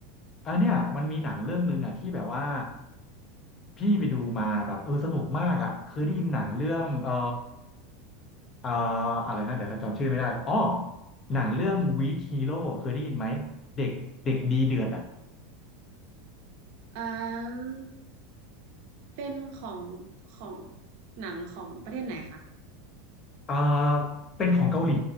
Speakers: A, on the left; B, on the right.
A: อันเนี้ยมันมีหนังเรื่องหนึ่งอ่ะที่แบบว่าพี่ไปดูมาแบบเออสนุกมากอ่ะเคยได้ยินหนังเรื่องเออเอออะไรนะเดี๋ยวจำชื่อไม่ได้อ๋อหนังเรื่องวีคฮีโร่เคยได้ยินไหมเด็กเด็กดีเดือดอ่ะ
B: อ่าเป็นของของหนังของประเทศไหนคะ
A: เอ่าเป็นของเกาหลี